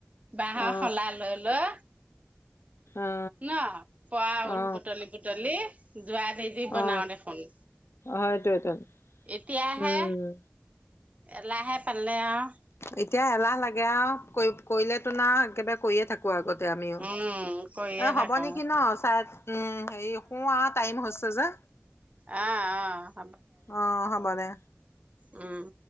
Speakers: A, on the right (about 35°); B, on the left (about 85°).
A: বাঁহৰ
B: অ
A: শলা লৈ লৈ।
B: অ
A: ন। পুৱা ঊল
B: অ
A: বুটলি বুটলি। যোৱা দি দি বনাওঁ
B: অ অ
A: দেখোন।
B: হয়টোৱেটো
A: এতিয়াহে।
B: উম
A: এলাহে পালে আৰু।
B: এতিয়া এলাহ লাগে আৰু। কৰি, কৰিলেতো না একেবা- কৰিয়ে থাকো আগত- তে আমিও। এ
A: উম কৰিয়ে থাকো
B: হ'ব নেকি ন, চাই উম, হেৰি, শুও আৰু, টাইম হৈছে যে।
A: অ'অ।
B: অ', হ'ব দে।
A: উম।